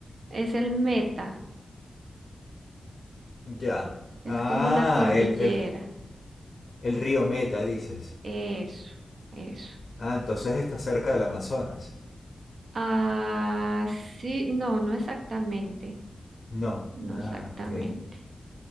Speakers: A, on the right; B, on the left.
A: es el Meta,
B: Ya.
A: es
B: Ah,
A: como la cordillera.
B: el, el- el río Meta, dices.
A: Eso, eso.
B: Ah, entonces está cerca del Amazonas.
A: Ah, sí, no, no exactamente,
B: No.
A: no
B: Ah,
A: exactamente.
B: ok.